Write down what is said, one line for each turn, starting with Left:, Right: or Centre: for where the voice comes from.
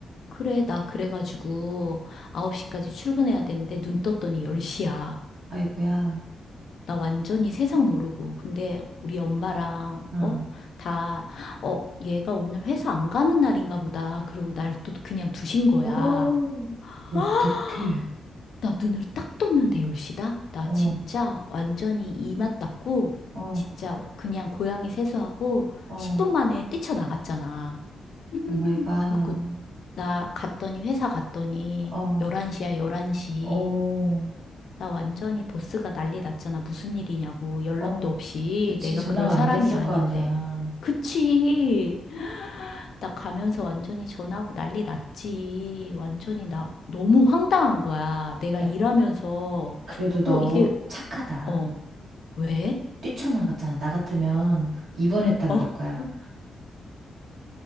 Left: 그래, 나 그래가지고 9시까지 출근해야 되는데 눈 떴더니 10시야.
Right: 아이고야.
Left: 나 완전히 세상 모르고. 근데 우리 엄마랑,
Right: 아.
Left: 어? 다, 어, 얘가 오늘 회사 안 가는 날인가 보다. 그러고 날 또 그냥 두신 거야.
Right: 어,
Left: <gasps>
Right: 어떡해.
Left: 나 눈을 딱 떴는데 10시다? 나
Right: 어,
Left: 진짜 완전히 이만 닦고,
Right: 어,
Left: 진짜 그냥 고양이 세수하고
Right: 어.
Left: 10분 만에 뛰쳐나갔잖아. 음,
Right: 오 마이 갓.
Left: 그렇고, 나 갔더니, 회사 갔더니
Right: 어,
Left: 11시야, 11시.
Right: 어,
Left: 나 완전히 보스가 난리 났잖아. 무슨 일이냐고. 연락도
Right: 어.
Left: 없이.
Right: 그치,
Left: 내가
Right: 전화가
Left: 그럴 사람이
Right: 안 됐을
Left: 아닌데.
Right: 거 아니야.
Left: 그치? <gasps> 나 가면서 완전히 전화하고 난리 났지. 완전히 나 너무 황당한 거야. 내가
Right: 야,
Left: 일하면서,
Right: 그래도 너
Left: 어, 이게,
Right: 착하다.
Left: 어, 왜?
Right: 뛰쳐나갔잖아. 나 같으면 입원했다 그럴
Left: 어?
Right: 거야.